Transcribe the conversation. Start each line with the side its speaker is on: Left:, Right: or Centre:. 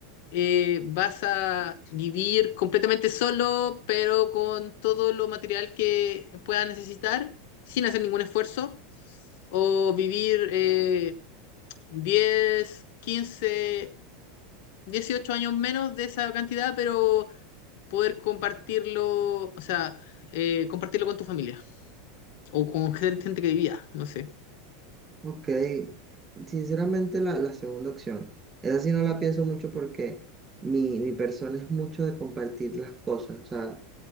Left: eh, vas a vivir completamente solo, pero con todo lo material que puedas necesitar, sin hacer ningún esfuerzo, o vivir eh, 10, 15, 18 años menos de esa cantidad, pero poder compartirlo, o sea, eh, compartirlo con tu familia o con gente que vivía, no sé.
Right: Ok, sinceramente la, la segunda opción. Esa sí no la pienso mucho porque mi, mi persona es mucho de compartir las cosas. O sea,